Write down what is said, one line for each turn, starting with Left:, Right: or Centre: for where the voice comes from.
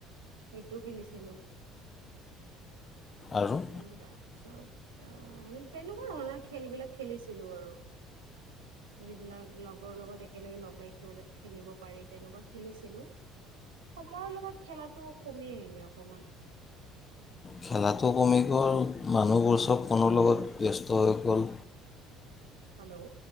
Right: সেইটো খেলিছিলোঁ
Left: আৰু
Right: কিমান তাপিছত আহ তেনেকুৱা ধৰণৰ খেলবিলাক খেলিছিলো আৰু যিবিলাক লগৰ লগত একেলগে লগ লাগি খেলিব পাৰি তেনেকুৱা খেলিছিলো সময়ৰ লগত খেলাটো কমি আহিলে অকমান
Left: খেলাত ও কমি গ'ল, মানুহবোৰ চব ফোনৰ লগত ব্যস্ত তই কল
Right: হেল্ল'